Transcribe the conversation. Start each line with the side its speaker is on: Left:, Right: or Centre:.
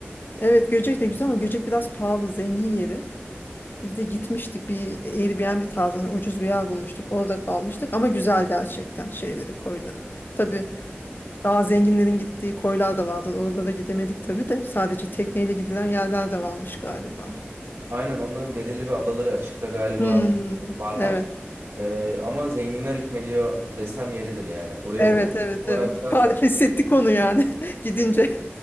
Left: evet Göcek de güzel ama Göcek biraz pahalı, zengin yeri. Biz de gitmiştik bir Airbnb tarzı hani ucuz bir yer bulmuştuk. Orada kalmıştık ama güzel gerçekten şeyleri, koyları. Tabii Daha zenginlerin gittiği koylar da vardı. Oralara gidemedik tabii de. Sadece tekneyle gidilen yerler de varmış galiba.
Right: Aynen onların belirli bir adaları açıkta galiba
Left: Hmm.
Right: varlar.
Left: Evet.
Right: Ee, ama zenginler hükmediyor desem yeridir yani. Oraya
Left: Evet,
Right: ulusal
Left: evet,
Right: olarak
Left: evet. <laughs>
Right: da
Left: Fark hissettik onu yani <laughs> gidince.